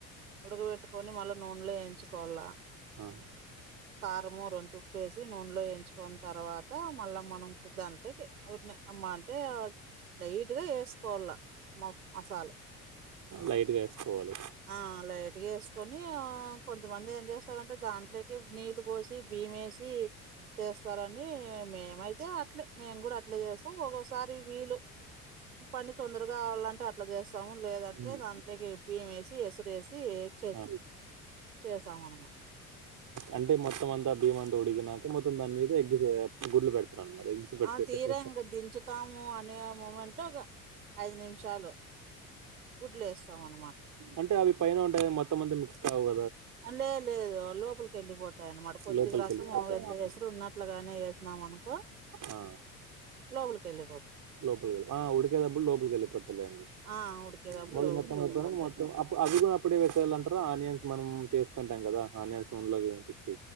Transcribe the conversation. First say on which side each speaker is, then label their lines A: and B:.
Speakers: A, on the right; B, on the right.
A: ఉడక పెట్టుకొని మళ్ళా నూనెలో వేయించుకోవాల
B: ఆ!
A: కారము రొంతుప్పేసి నూనెలో వేయించుకన్న తర్వాత మళ్ళా మనం చూద్దాం అంటే <unintelligible> ఒకటిని అమ్మా అంటే లైట్ గా ఏస్త కోళ్ళ మ మసాలా
B: లైట్‌గా ఏసుకోవాలి.
A: ఆ లైట్గా వేసుకొని కొంతమంది ఏం చేస్తారంటే దాంట్లోకి నీళ్ళు పోసి బియ్యమేసి చేస్త స్తారని మేమైతే అట్లే మేము కూడా అట్లే చేస్తాం ఒక్కోసారి వీలు పని తొందరగాలా ట్లాదదు సౌండ్ లేదంటే
B: హ్మ్.
A: దాంట్లోకి బియ్యం వేసి స చేేసి చే
B: ఆ!
A: చేసాం అనమా
B: అంటే మొత్తం అంతా బియ్యం అంతా ఉడికినాక మొత్తం దాని మీద ఎగ్ గుడ్లు పెడతాం పెడిహా
A: ఆ తీరా ఇంక దించుతాము అనే మూమెంట్ లో ఒక ఐదు నిమిషాలు గుడ్లు వేస్తాం అనమాట
B: అంటే అవి ఉంటే మొత్తం మిస్ అవ్వవు
A: లే లేదు లోపలికి వెళ్ళిపోతాయి అన్నమాట కొద్దిగా
B: లోపలికి
A: రసం
B: వెళ్ళిపోతుంది లోపలికి వెళ్ళిపోతాయి
A: ఎంత
B: కొద్దిగా.
A: ఎసురు ఉన్నట్లుగానే వేసినామనుకో
B: ఆ,
A: లోపలికి వెళ్ళిపోతాయి
B: లోపలికి వెళ్ళి ఆ, ఉడికేటప్పుడు లోపలికి వెళ్ళిపోతాయి అండి
A: ఆ ఉడికేటప్పుడు
B: మొదలు
A: లోపలికి
B: మొత్తం
A: వెళ్ళిపోతాయి
B: అయిపోయినాక మొత్తం అప్పు- అవి కూడా అప్పుడే వేసేలంటారు ఆనియన్స్ మనం చేసుకుంటాం కదా ఆనియన్స్ నూనెలో వేపించి